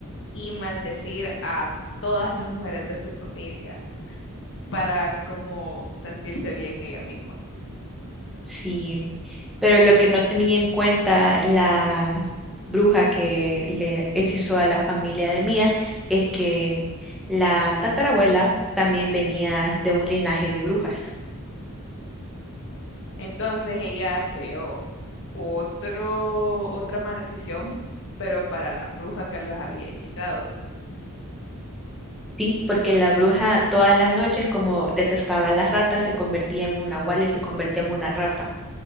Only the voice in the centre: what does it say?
Sí. Pero lo que no tenía en cuenta la bruja que le hechizó a la familia de Mía es que la tatarabuela también venía de un linaje de brujas.
Sí, porque la bruja todas las noches, como detestaba a las ratas, se convertía en un nahual y se convertía en una rata.